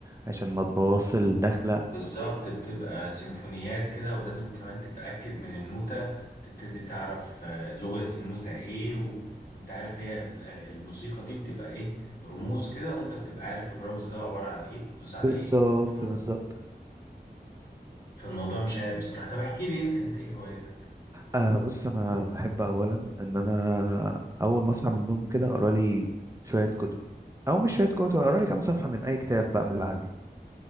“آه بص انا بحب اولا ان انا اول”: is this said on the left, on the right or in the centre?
Right